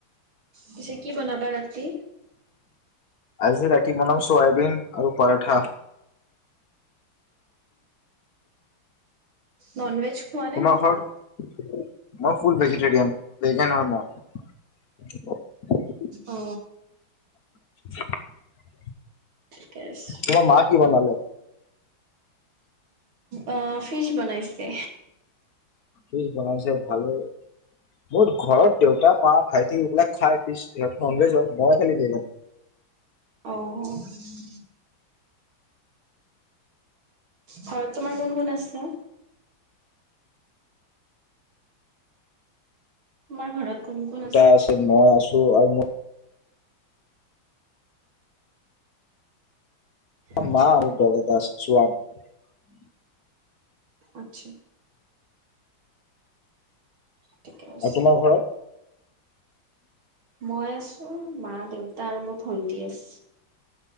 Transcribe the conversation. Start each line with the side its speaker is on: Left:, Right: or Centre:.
Right: পিছে কি বনাবা ৰাতি?
Left: আজিৰ ৰাতি বনাম চয়াবিন আৰু পৰাঠা
Right: ননৱেজ খোৱা
Left: তোমাৰ
Right: নে নোখোৱা?
Left: ঘৰত মই ফুল ভেজিটেৰিয়ান, ভেগেন হয় মই।
Right: অ
Left: <inaudible>
Right: ঠিকে আছে
Left: তোমাৰ মা কি বনালে?
Right: অ ফিছ বনাইছে।
Left: ফিছ বনাইছে, ভালে। মোৰ ঘৰত দেউতা মা ভাইটি এইবিলাক খাই ফিচ, সিহঁত ননভেজ হয় মই খালি নিৰা
Right: অ'। ঘৰত তোমাৰ কোন কোন আছে? তোমাৰ ঘৰত কোন কোন
Left: দেউতা আছে, মই আছো আৰু মোৰ
Right: আচ্ছা
Left: মা আৰু <unintelligible>
Right: আচ্ছা ঠিকে আছে।
Left: আৰু তোমাৰ ঘৰত?
Right: মই আছো মা, দেউতা আৰু মোৰ ভন্টি আছ